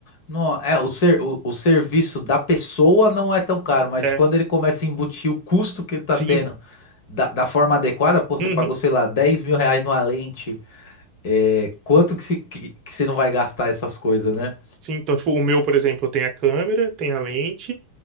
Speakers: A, on the left; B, on the right.
A: não, é, o, ser, o, o serviço da pessoa não é tão caro, mas
B: É,
A: quando ele começa a embutir o custo que ele tá
B: sim.
A: tendo da, da forma adequada, pô, você
B: Uhum.
A: pagou, sei lá, dez mil reais numa lente. É, quanto que, se, que, que você não vai gastar essas coisas, né?
B: Sim, então, tipo, o meu, por exemplo, eu tenho a câmera, tem a lente,